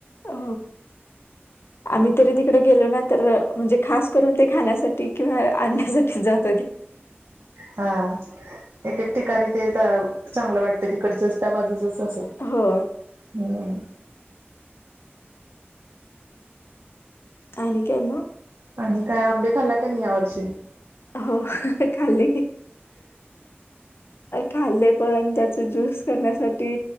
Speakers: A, on the left; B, on the right.
A: अ आम्ही तरी तिकडे गेलो ना तर म्हणजे खास करून ते खाण्यासाठी किंवा आणण्यासाठी जात
B: हा एक एक ठिकाणी ते चांगलं वाटतं तिकडचंच त्या बाजूचंच असं
A: हो
B: हम्म
A: आणिन का आहेम
B: आणि काय आंबे खाल्ला का नाही या वर्षी
A: हो खाली खाल्ले पण त्याचे ज्यूस करण्यासाठी